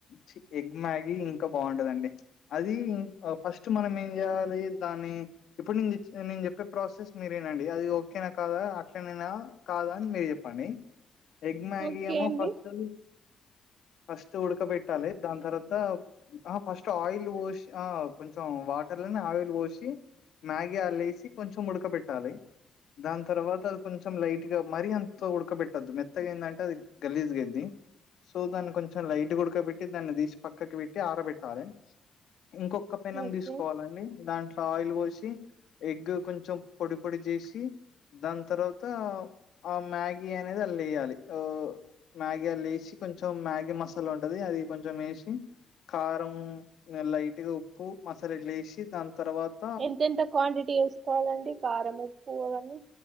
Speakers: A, on the left (about 65°); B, on the right (about 50°).
A: చి ఎగ్ మ్యాగీ ఇంకా బాగుంటదండి అది ఇం ఫస్ట్ మనం ఏం చేయాలి దాని ఇప్పుడు నేను తెచ్ నేను చెప్పే ప్రాసెస్ మీరీనండి అది ఓకేనా కాదా ఇట్టనేన కాదా అని మీరు చెప్పండి ఎగ్ మ్యాగీ
B: ఓకే
A: ఏమో
B: అండి
A: ఫస్ట్ ఫస్ట్ ఉడకబెట్టాలి దాని తర్వాత ఆ ఫస్ట్ ఆయిల్ పోసి ఆ కొంచెం వాటర్ లోనే ఆయిల్ పోసి మ్యాగీ అ లేేసి కొంచెం ఉడక పెట్టాలి దాని తర్వాత అది కొంచెం లైట్ గా మరీ అంత ఉడకబెట్టొద్దు మెత్తగా ఏంటంటే అది గలీజ్ గయిద్ది సో దాని కొంచెం లైట్ గా ఉడక పెట్టి దాన్ని తీసి పక్కకి పెట్టి ఆరబెట్టాలి ఇంకొక క్క పెన్నం
B: ఓకే
A: తీసుకోవాలండి దాంట్లో ఆయిల్ పోసి ఎగ్ కొంచెం పొడి పొడి చేసి దాని తర్వాత ఆ మ్యాగీ అనేది అల్లో వెయ్యాలి మ్యాగీ అల్లో వేసి కొంచెం మ్యాగీ మసాలా ఉంటది అది కొంచెం వేసి కారం ఇంగ లైట్ గా ఉప్పు మసాలలు ఏసీ దాని తర్వాత
B: ఎంత ఎంత క్వాంటిటీ వేసుకోవాలండి కారం ఉప్పు అవన్నీ